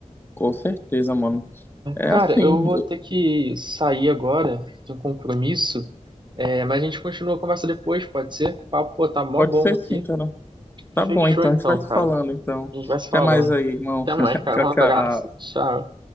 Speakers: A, on the left; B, on the right.
A: Com certeza, mano. É
B: Cara,
A: assim,
B: eu vou ter que sair agora, tenho um compromisso, é, mas a gente continua a conversa depois, pode ser? Papo, pô, tá mó
A: pode
B: bom
A: ser
B: aqui.
A: sim, cara. Tá bom,
B: Fechou
A: então
B: então,
A: a gente vai se
B: cara.
A: falando, então.
B: A gente vai se
A: Até
B: falando.
A: mais aí, irmão.
B: Até
A: <laughs>
B: mais, cara.
A: Tchau,
B: Um abraço.
A: tchau.
B: Tchau.